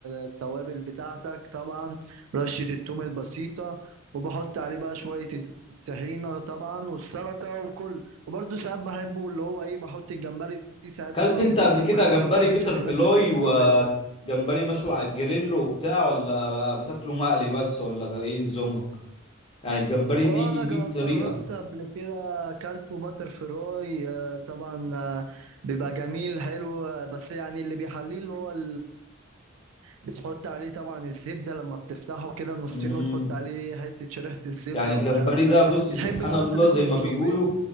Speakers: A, on the right; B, on the left.
A: التوابل بتاعتك طبعا رشة التوم البسيطة وبحط عليه بقى شوية الطحينة طبعا والسلطة وكل وبرده ساعات بحبه اللي هو ايه بحط الجمبري ساعات
B: كلت
A: طبعا
B: انت
A: بتطلب
B: قبل كده
A: معاه
B: جمبري
A: اكله بكاتشب
B: بيتر
A: في
B: فلوي
A: ناس بتحب
B: وجمبري
A: الجمبري بالكاتشب
B: مشوي على الجريل وبتاع ولا بتاكله مقلي بس ولا ايه نظامك يعني الجمبري
A: وانا
B: ليه 100
A: جربت
B: طريقة
A: قبل كده اكلته باتر فراي آه، طبعا آه، بيبقى جميل حلو آه، بس يعني اللي بيحليه اللي هو ال- بتحط عليه طبعا الزبده لما بتفتحه كده نصين
B: امم
A: وتحط عليه حته شريحه الزبده
B: يعني الجمبري
A: والكلام
B: ده
A: ده
B: بص
A: بتحب
B: سبحان
A: بقى
B: الله
A: انت تاكل
B: زي ما
A: السبيت
B: بيقولوا